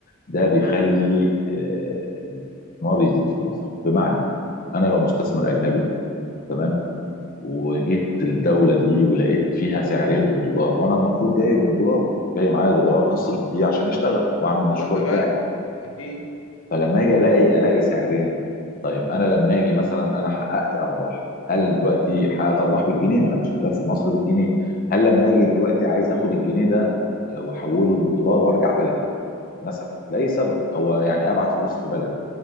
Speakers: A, on the left; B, on the left.
A: ده بيخلي آه، الاستثمار يزيد في مصر بمعنى أنا لو مستثمر أجنبي تمام وجيت الدولة دي ولقيت فيها سعرين للدولار وأنا المفروض جاي بالدولار جاي معايا دولار هصرف بيه عشان أشتغل وأعمل المشروع
B: اه تمام
A: بتاعي
B: اكيد
A: فلما اجي الاقي الاقي سعرين طيب انا لما اجي مثلا انا حققت ارباح هل دلوقتي حققت ارباح بالجنيه ما انا شغال في مصر بالجنيه هل لما اجي دلوقتي عايز اخد الجنيه ده آه، واحوله للدولار وارجع بلدي مثلا لاي سبب او يعني ابعت فلوس في بلدي